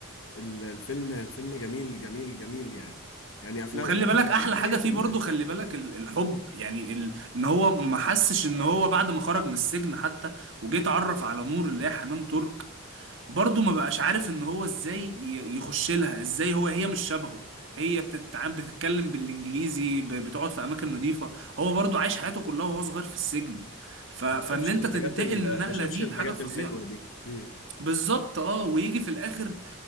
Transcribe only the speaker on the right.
وخلي
بالك
أحلى حاجة
فيه
برضه خلي بالك ال- الحب يعني ال... إن هو ما حسش إن هو بعد ما خرج من السجن حتى وجيت اتعرف على نور اللي هي حنان ترك برضه ما بقاش عارف ان هو ازاي ي- يخش لها ازاي هو هي مش شبهه هي بتتعامل بتتكلم بالانجليزي ب- بتقعد في اماكن نظيفه هو برضه عايش حياته كلها وهو صغير في السجن ف... فان
انت
تنتقل
للنقله
دي
حاجه فظيعه
بالظبط اه ويجي في الاخر